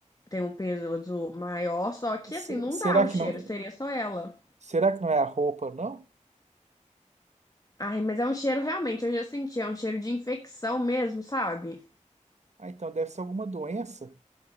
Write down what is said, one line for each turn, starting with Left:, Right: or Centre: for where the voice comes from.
Left: tem um peso maior, só que
Right: Se-
Left: assim, não
Right: Será
Left: dá o cheiro,
Right: que não,
Left: seria só ela.
Right: será que não é a roupa, não?
Left: Ai, mas é um cheiro realmente, eu já senti, é um cheiro de infecção mesmo, sabe?
Right: Ah, então deve ser alguma doença.